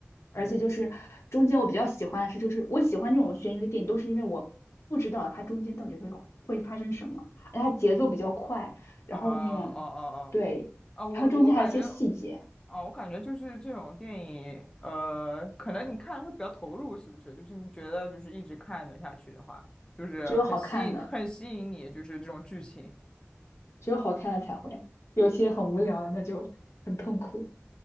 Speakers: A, on the left; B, on the left.
A: 而且就是中间我比较喜欢的是，
B: 嗯，
A: 就是我喜欢这种悬疑的电影，都是因为我不知道它中间到底会会发生什么，而且它节奏比较快，然后那种
B: 啊哦哦哦哦
A: 对，
B: 啊！我我感觉。
A: 然后中间还有一些细节，
B: 哦，我感觉就是这种电影，呃，可能你看会比较投入，是不是？就是你觉得就是一直看的下去的话，就是很吸引，
A: 只有好看的，
B: 很吸引你，就是这种剧情。
A: 只有好看的才会，有些很无聊的那就很痛苦，